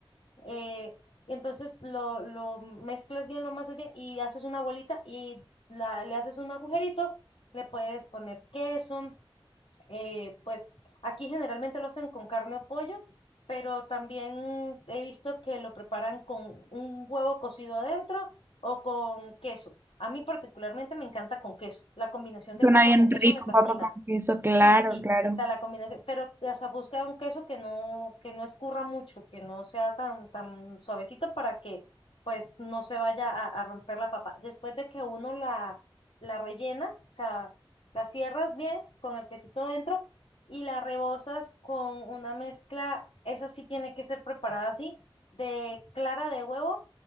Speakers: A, on the left (about 85°); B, on the right (about 25°).
A: eh, y entonces lo, lo mezclas bien, lo amasas bien y haces una bolita y la, le haces un agujerito. Le puedes poner queso, eh, pues aquí generalmente lo hacen con carne o pollo, pero también he visto que lo preparan con un huevo cocido adentro o con queso. A mí particularmente me encanta con queso. La combinación de
B: Suena
A: papa
B: bien
A: con queso
B: rico,
A: me fascina.
B: papa con queso, claro,
A: Sí, sí,
B: claro.
A: o sea, la combinación, pero o sea, busca un queso que no, que no escurra mucho, que no sea tan, tan suavecito para que pues no se vaya a, a romper la papa. Después de que uno la, la rellena, o sea, la cierras bien con el quesito dentro y la rebozas con una mezcla, esa sí tiene que ser preparada así, de clara de huevo